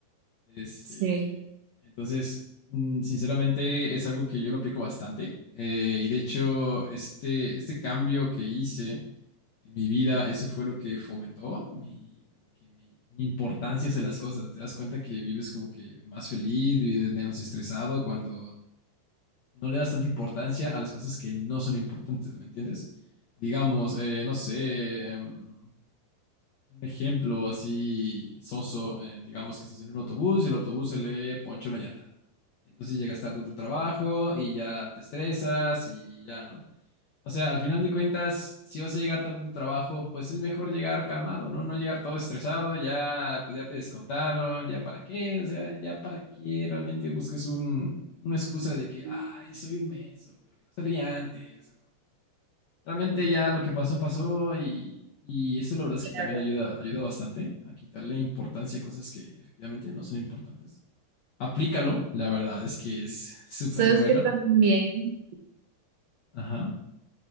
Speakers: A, on the left; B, on the right.
A: Este,
B: Sí.
A: entonces, mm, sinceramente es algo que yo lo aplico bastante. eh, y de hecho, este, este cambio que hice en mi vida, eso fue lo que fomentó mi, como que mi, mi importancia hacia las cosas. Te das cuenta que vives como que más feliz, vives menos estresado cuando no le das tanta importancia a las cosas que no son importantes, ¿me entiendes? Digamos, eh, no sé, em, un ejemplo así soso, eh, digamos que estás en un autobús y el autobús se le poncha una llanta. Entonces llegas tarde a tu trabajo y ya te estresas y ya, ¿no? O sea, al final de cuentas, si vas a llegar tarde a tu trabajo, pues es mejor llegar calmado, ¿no? No llegar todo estresado, ya, pues ya te descontaron, ya para qué, o sea, ya para qué realmente buscas un, una excusa de que,
B: Ujú,
A: ay, soy un menso, ¿por qué no salí antes? O, realmente ya lo que pasó, pasó y, y eso la verdad es
B: Claro.
A: que también ayuda, ayuda bastante a quitarle importancia a cosas que efectivamente no son importantes. Aplícalo, la verdad es que es súper
B: Sabes
A: bueno.
B: que también,
A: Ajá.